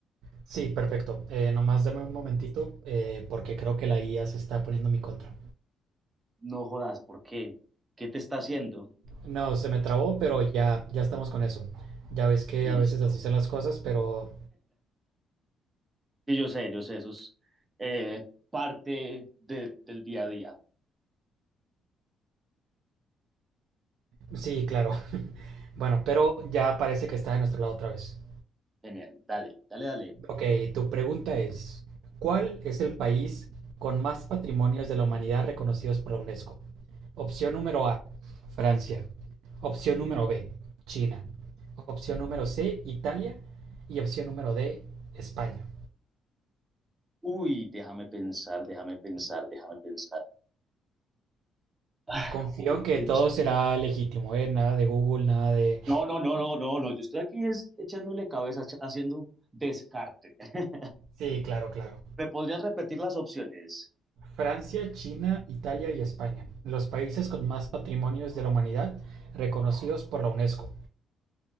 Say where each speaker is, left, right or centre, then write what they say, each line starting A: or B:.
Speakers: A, on the right (about 80°); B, on the right (about 15°).
A: Sí, perfecto. Eh, nomás dame un momentito eh, porque creo que la IA se está poniendo en mi contra.
B: No jodas, ¿por qué? ¿Qué te está haciendo?
A: No, se me trabó, pero ya, ya estamos con eso. Ya ves que
B: Listo.
A: a veces así son las cosas, pero
B: Sí, yo sé, yo sé, eso es eh, parte de- del día a día.
A: sí, claro. <laughs> Bueno, pero ya parece que está de nuestro lado otra vez.
B: Genial, dale, dale, dale.
A: Ok, tu pregunta es, ¿cuál es el país con más patrimonios de la humanidad reconocidos por la UNESCO? Opción número A, Francia. Opción número B, China. Opción número C, Italia. Y opción número D, España.
B: Uy, déjame pensar, déjame pensar, déjame pensar. Ay,
A: Confío
B: juepucha.
A: en que todo será legítimo, ¿eh? Nada de Google, nada de...
B: No, no, no, no, no, no. Yo estoy aquí es echándole cabeza, ch- haciendo descarte. <laughs>
A: Sí, claro, claro.
B: ¿Me podrías repetir las opciones?
A: Francia, China, Italia y España. Los países con más patrimonios de la humanidad reconocidos por la UNESCO.